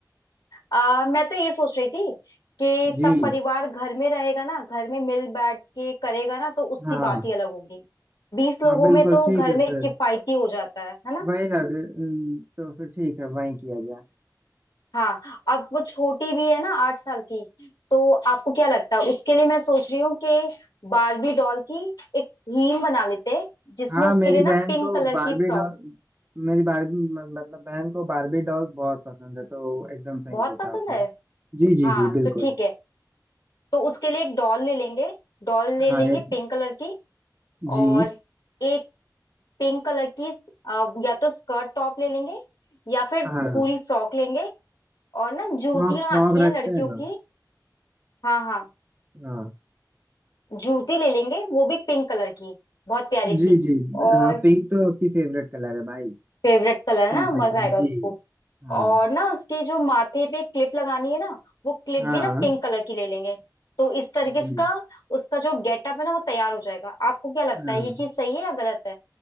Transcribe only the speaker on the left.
आ, मैं तो ये सोच रही थी कि
सब परिवार घर में रहेगा ना घर में मिल बैठ के करेगा ना तो उसकी
बात ही अलग होगी बीस लोगों
में तो
घर
में
किफायती हो जाता है है ना
हाँ अब वो छोटी भी है ना आठ साल की तो आपको क्या लगता है उसके लिए मैं सोच रही हूँ कि बारबी डॉल की एक थीम बना लेते हैं जिसमें
उसके
लिए ना
पिंक
कलर
की फ्रॉक
बहुत
पसंद
है
हाँ
तो ठीक है तो उसके लिए एक डॉल ले लेंगे डॉल ले
लेंगे
पिंक कलर की
और एक पिंक कलर की अ, या तो स्कर्ट टॉप ले लेंगे या फिर
पूरी फ्रॉक लेंगे और ना जूतियां
आती हैं
लड़कियों
की हाँ हाँ
जूती ले लेंगे वो भी पिंक कलर की बहुत प्यारी सी
और
फेवरेट
कलर है ना
मजा आएगा
उसको
और ना उसके जो माथे पे क्लिप लगानी है ना वो क्लिप
भी ना पिंक कलर की ले लेंगे तो इस तरीके
से का उसका जो गेटअप है ना वो तैयार हो जाएगा आपको क्या लगता
है ये चीज सही है या गलत है